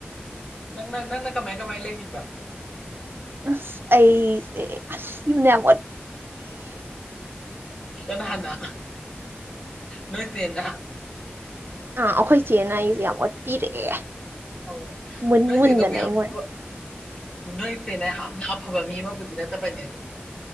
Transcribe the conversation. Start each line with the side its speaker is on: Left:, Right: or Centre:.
Left: ꯅꯪ ꯅꯪ ꯅ ꯀꯃ ꯃꯥꯏ ꯀ ꯃꯥꯏ ꯂꯩꯔꯤꯕ
Right: ꯑꯁ ꯑꯩꯁꯦ ꯑꯁ ꯃꯌꯥꯝ
Left: ꯀꯅꯥ ꯍꯅ ꯅꯣꯏ ꯆꯦꯅꯥ
Right: ꯑꯥ ꯑꯩꯈꯣꯏ ꯏ ꯆꯦꯅ ꯑꯩꯁꯦ ꯌꯥꯝ ꯑꯣꯠꯄꯤꯔꯛꯑꯦ꯫
Left: ꯍꯣꯏꯣꯏ
Right: ꯃꯨꯟ
Left: ꯅꯣꯏꯁꯦꯗ
Right: ꯃꯨꯟꯗꯅ
Left: ꯌꯥꯝ
Right: ꯑꯩꯉꯣꯟ
Left: ꯐꯕ ꯅꯣꯏ ꯏꯁꯦꯅ ꯌꯥꯝꯅ ꯑꯐꯕ ꯃꯤ ꯑꯃꯕꯨꯗꯤ ꯅꯠꯇꯕꯅꯦ ꯑꯗꯣ